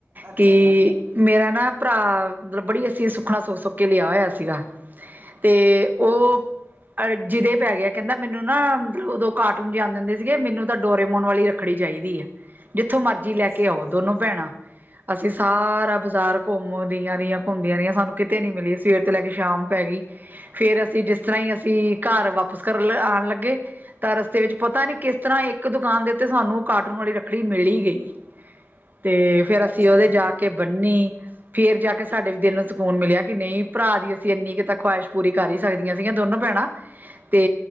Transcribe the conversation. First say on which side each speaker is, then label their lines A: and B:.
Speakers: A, on the right; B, on the right.
A: ਅੱਛਾ
B: ਕਿ
A: ਜੀ
B: ਮੇਰਾ ਨਾ ਭਰਾ ਮਤਲਬ ਬੜੀ ਅਸੀਂ ਸੁੱਖਣਾ ਸੁੱਖ ਸੁੱਕ ਕੇ ਲਿਆ ਹੋਇਆ ਸੀਗਾ ਤੇ ਉਹ
A: ਅੱ-
B: ਅ ਜਿਹਦੇ ਪੈ ਗਿਆ ਕਹਿੰਦਾ ਮੈਨੂੰ ਨਾ ਮਤਲਬ ਉਦੋਂ ਕਾਰਟੂਨ ਜਾਂਣ ਦਿੰਦੇ ਸੀਗੇ ਮੈਨੂੰ ਤਾਂ ਡੋਰੇਮੋਨ ਵਾਲੀ ਰੱਖੜੀ ਚਾਹੀਦੀ ਹੈ। ਜਿੱਥੋਂ ਮਰਜ਼ੀ ਲੈ
A: ਅੱਛਾ
B: ਕੇ ਆਓ
A: ਜੀ।
B: ਦੋਨੋ ਭੈਣਾਂ। ਅਸੀਂ ਸਾਰਾ ਬਾਜ਼ਾਰ ਘੁੰਮਦੀਆਂ ਰਹੀਆਂ ਘੁੰਮਦੀਆਂ ਰਹੀਆਂ ਸਾਨੂੰ ਕਿਤੇ ਨੀ ਮਿਲੀ ਸਵੇਰ ਤੋਂ ਲੈ ਕੇ ਸ਼ਾਮ ਪੈ ਗਈ। ਫੇਰ ਅਸੀਂ ਜਿਸ ਇਸ ਤਰ੍ਹਾਂ ਹੀ ਅਸੀਂ ਘਰ ਵਾਪਿਸ ਕਰਨ ਲ ਆਉਣ ਲੱਗੇ ਤਾਂ ਰਸਤੇ ਵਿੱਚ ਪਤਾ ਨੀ ਕਿਸ ਤਰ੍ਹਾਂ ਇੱਕ ਦੁਕਾਨ ਦੇ ਉੱਤੇ ਸਾਨੂੰ ਕਾਰਾਟੂਨ ਵਾਲੀ ਰੱਖੜੀ ਮਿਲੀ ਗਈ। ਤੇ ਫਿਰ ਅਸੀਂ
A: ਅੱਛਾ
B: ਉਹਦੇ
A: ਜੀ
B: ਜਾ ਕੇ ਬੰਨੀ ਫੇਰ ਜਾ ਕੇ ਸਾਡੇ ਵੀ ਦਿਲ ਨੂੰ ਸਕੂਨ ਮਿਲਿਆ ਕਿ ਨਹੀਂ ਭਰਾ ਦੀ ਅਸੀਂ ਇੰਨੀ ਕੁ ਤਾਂ ਖਵਾਹਿਸ਼ ਪੂਰੀ ਕਰ ਹੀ ਸਕਦੀਆਂ ਸੀਗੀਆਂ ਦੋਨੋ ਭੈਣਾਂ ਤੇ